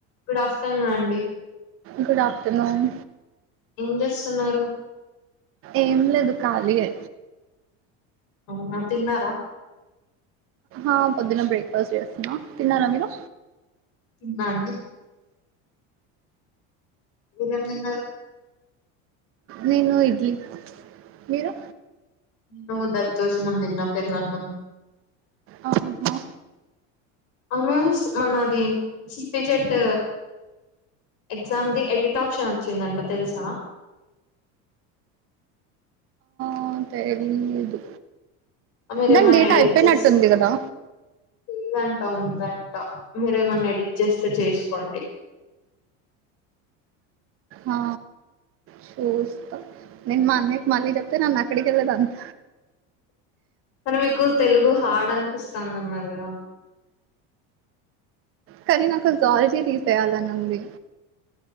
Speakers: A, on the left; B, on the right.
A: Good afternoon అండి
B: good afternoon
A: ఏం చేస్తన్నారు
B: ఏం లేదు కాళీయే
A: అవునా తిన్నారా
B: ఆ పొద్దున్న బ్రేక్ఫాస్ట్ చేస్తున్నా తిన్నారా మీరు
A: తిన్న అండి ఏమేం తిన్నారు
B: నేను ఇడ్లీ మీరు
A: నేను దదోజనం తిన్న పెరుగన్నం
B: ఆహా
A: అవును మనది సిపి జెట్ ఎగ్జామ్దిి ఎడిట్ ఆప్షన్ వచ్చిందంట తెలుసా
B: ఆ తెలీదు
A: మీరేమన్నా
B: దాని డేటా
A: ఎడిట్
B: అయిపోయినట్టుంది
A: చేస్త
B: కదా
A: లేదంట ఉందంట మీరేమన్నా ఎడిట్ చేస్తే చేసుకోండి
B: ఆ, చూస్తా నేన్ మా అన్నయకి మల్లి చెప్తే నన్న అక్కడికెళ్లాడు అంట
A: కానీ మీకు తెలుగు హార్డ్ అనిపిస్తది అన్నారుగా
B: కానీ నాకు జోలజీ తీసేయాలని ఉంది